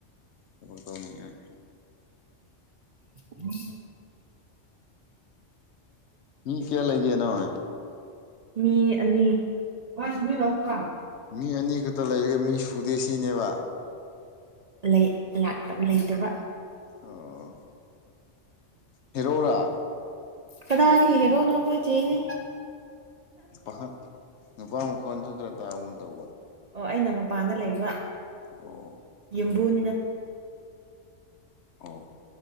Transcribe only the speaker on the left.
ꯀ ꯇꯧꯅꯤꯡꯉꯥꯏ
ꯃꯤ ꯀꯦ ꯂꯩꯒꯦ ꯅꯥꯏ
ꯃꯤ ꯑꯅꯤ ꯈꯛꯇ ꯂꯩꯔꯒ ꯃꯤ ꯁꯨꯗꯦ ꯁꯤꯅꯦꯕ
ꯑꯣ ꯍꯔꯣꯔꯥ
ꯄꯈꯛ ꯅꯨꯄꯥ ꯃꯈꯣꯟꯁꯨ ꯈꯔ ꯇꯥꯒꯨꯝ ꯇꯧꯕ
ꯑꯣ
ꯑꯣ꯫